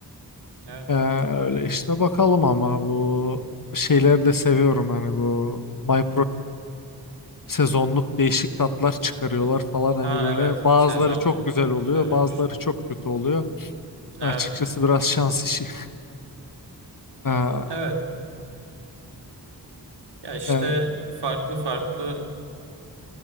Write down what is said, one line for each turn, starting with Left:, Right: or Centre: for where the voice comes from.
Right: Evet.
Left: e, öyle işte bakalım ama
Right: evet.
Left: bu şeyleri de seviyorum hani bu My sezonluk değişik tatlar çıkarıyorlar falan hani
Right: Ha
Left: böyle
Right: evet.
Left: bazıları
Right: Sezonluk.
Left: çok güzel oluyor
Right: Söylemiştin.
Left: bazıları çok kötü oluyor
Right: Evet.
Left: açıkçası biraz şans işi <laughs> ha,
Right: Evet. Ya işte
Left: e,
Right: farklı farklı